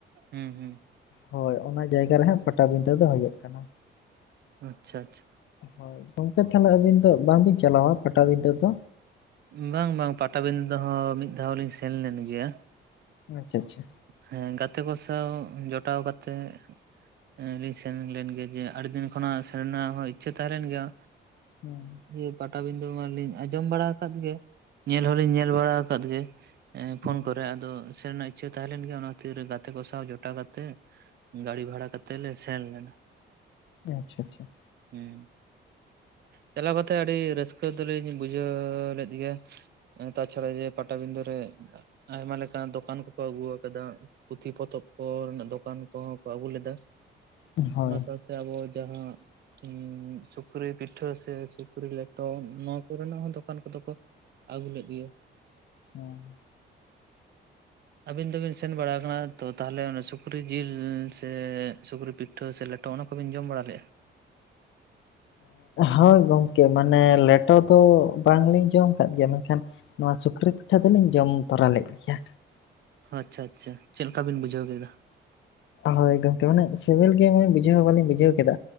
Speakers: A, on the right; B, on the left.
A: ᱦᱩᱸ ᱦᱩᱸ,
B: ᱦᱳᱭ ᱚᱱᱟ ᱡᱟᱭᱜᱟ ᱨᱮᱦᱟᱸᱜ ᱯᱟᱴᱟᱵᱤᱸᱫᱟᱹ ᱫᱚ ᱦᱳᱭᱳᱜ ᱠᱟᱱᱟ᱾
A: ᱦᱩᱸ ᱟᱪᱪᱷᱟ ᱟᱪᱪᱷᱟ
B: ᱦᱳᱭ, ᱜᱚᱝᱠᱮ ᱛᱷᱟᱞᱮ ᱟᱹᱵᱤᱱ ᱫᱚ ᱵᱟᱝᱵᱤᱱ ᱪᱟᱞᱟᱣᱟ ᱯᱟᱴᱟᱵᱤᱸᱫᱟᱹ ᱫᱚ?
A: ᱵᱟᱝ ᱵᱟᱝ ᱯᱟᱴᱟᱵᱤᱱᱫᱟᱹ ᱦᱚᱸ ᱢᱤᱫ ᱫᱷᱟᱣ ᱞᱤᱧ ᱥᱮᱱ ᱞᱮᱱ ᱜᱮᱭᱟ᱾
B: ᱟᱪᱪᱷᱟ ᱟᱪᱪᱷᱟ
A: ᱦᱮᱸ ᱜᱟᱛᱮ ᱠᱚ ᱥᱟᱶ ᱡᱚᱴᱟᱣ ᱠᱟᱛᱮᱜ᱾ ᱞᱤᱧ ᱥᱮᱱ ᱞᱮᱱ ᱜᱮ ᱡᱮ ᱟᱹᱰᱤ ᱫᱤᱱ ᱠᱷᱚᱱᱟᱜ ᱥᱮᱱ ᱨᱮᱱᱟᱜ ᱦᱚᱸ ᱤᱪᱪᱷᱟᱹ ᱛᱟᱦᱮᱸ ᱞᱮᱱ ᱜᱮᱭᱟ᱾
B: ᱦᱩᱸ,
A: ᱤᱭᱮ ᱯᱟᱴᱟᱵᱤᱸᱱᱫᱟᱹ ᱢᱟᱞᱤᱧ ᱟᱸᱡᱚᱢ ᱵᱟᱲᱟ ᱟᱠᱟᱫ ᱜᱮ, ᱧᱮᱞ ᱦᱚᱞᱤᱧ ᱧᱮᱞ ᱵᱟᱲᱟ ᱟᱠᱟᱫ ᱜᱮ᱾
B: ᱦᱮᱸ
A: ᱯᱷᱳᱱ ᱠᱚᱨᱮ ᱟᱫᱚ ᱥᱮᱱ ᱨᱮᱱᱟᱜ ᱤᱪᱪᱷᱟᱹ ᱛᱟᱦᱮᱸ ᱞᱮᱱ ᱜᱮᱭᱟ ᱚᱱᱟ ᱠᱷᱟᱹᱛᱤᱨ ᱜᱟᱛᱮ ᱠᱚ ᱥᱟᱶ ᱡᱚᱴᱟᱣ ᱠᱟᱛᱮᱜ, ᱜᱟᱹᱲᱤ ᱵᱷᱟᱲᱟ ᱠᱟᱛᱮᱜ ᱞᱮ ᱥᱮᱱ ᱞᱮᱱᱟ᱾
B: ᱟᱪᱷᱟ ᱪᱷᱟ
A: ᱦᱩᱸ ᱪᱟᱞᱟᱣ ᱠᱟᱛᱮᱜ ᱟᱹᱰᱤ ᱨᱟᱹᱥᱠᱟᱹ ᱫᱚᱞᱤᱧᱼᱼ ᱵᱩᱡᱷᱟᱹᱣ ᱞᱮᱫ ᱜᱮᱭᱟ ᱛᱟᱪᱷᱟᱲᱟ ᱡᱮ ᱯᱟᱴᱟᱵᱤᱱᱫᱷᱟᱹ ᱨᱮ ᱟᱭᱢᱟ ᱞᱮᱠᱟᱱ ᱫᱚᱠᱟᱱᱼᱼ ᱠᱚ ᱟᱹᱜᱩ ᱟᱠᱟᱫᱟ ᱯᱩᱛᱷᱤ ᱯᱚᱛᱚᱵ ᱠᱚ ᱨᱮᱱᱟᱜ ᱫᱚᱠᱟᱱ ᱠᱚᱦᱚᱸ ᱠᱚ ᱟᱹᱜᱩ ᱞᱮᱫᱟ᱾
B: ᱦᱮᱸ ᱦᱳᱭ
A: ᱚᱱᱟ ᱥᱟᱶᱛᱮ ᱟᱵᱚ ᱡᱟᱦᱟᱸᱼᱼ ᱦᱩᱸ ᱥᱩᱠᱨᱤ ᱯᱤᱴᱷᱟᱹ ᱥᱮ ᱥᱩᱠᱨᱤ ᱞᱮᱴᱚ ᱱᱚᱣᱟ ᱠᱚᱨᱮᱱᱟᱜ ᱦᱚᱸ ᱫᱚᱠᱟᱱ ᱠᱚᱫᱚ ᱠᱚ ᱟᱹᱜᱩ ᱞᱮᱫ ᱜᱤᱭᱟᱹ᱾
B: ᱦᱩᱸ
A: ᱟᱹᱵᱤᱱ ᱫᱚᱵᱤᱱ ᱥᱮᱱ ᱵᱟᱲᱟ ᱟᱠᱟᱱᱟ ᱛᱚ ᱛᱟᱦᱚᱞᱮ ᱚᱱᱟ ᱥᱩᱠᱨᱤ ᱡᱤᱞ ᱥᱮ ᱥᱩᱠᱨᱤ ᱯᱤᱼᱼ ᱴᱷᱟᱹ ᱥᱮ ᱞᱮᱴᱚ ᱚᱱᱟ ᱠᱚᱵᱤᱱ ᱡᱚᱢ ᱵᱟᱲᱟ ᱞᱮᱼᱟ?
B: ᱦᱳᱭ ᱜᱚᱢᱠᱮ ᱢᱟᱱᱮ ᱞᱮᱴᱚ ᱫᱚ ᱵᱟᱝᱞᱤᱧ ᱡᱚᱢ ᱟᱠᱟᱫ ᱜᱮᱭᱟ ᱢᱮᱱ ᱠᱷᱟᱱᱼᱼ ᱱᱚᱣᱟ ᱥᱩᱠᱨᱤ ᱯᱤᱴᱷᱟᱹ ᱫᱚᱞᱤᱧ ᱡᱚᱢ ᱛᱚᱨᱟ ᱞᱮᱫ ᱜᱮᱭᱟ᱾
A: ᱟᱪᱪᱷᱟ ᱟᱪᱪᱷᱟ ᱪᱮᱫ ᱞᱮᱠᱟ ᱵᱤᱱ ᱵᱩᱡᱷᱟᱹᱣ ᱠᱮᱫᱟ?
B: ᱦᱳᱭ ᱜᱚᱢᱠᱮ ᱢᱟᱱᱮ ᱥᱤᱵᱤᱞ ᱜᱮ ᱢᱮ ᱵᱩᱡᱷᱟᱹᱣ ᱵᱟᱟᱹᱞᱤᱧ ᱵᱩᱡᱷᱟᱹᱣ ᱠᱮᱫᱟ